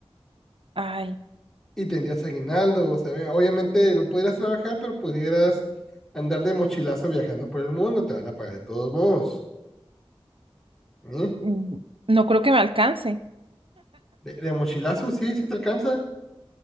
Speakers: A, on the right; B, in the centre.
A: Ay,
B: Y tendrías aguinaldo, o sea, ve- obviamente no pudieras trabajar, pero pudieras andar de mochilazo viajando por el mundo, te van a pagar de todos modos. ¿eh?
A: mm, no creo que me alcance.
B: De, de mochilazo, sí, sí te alcanza.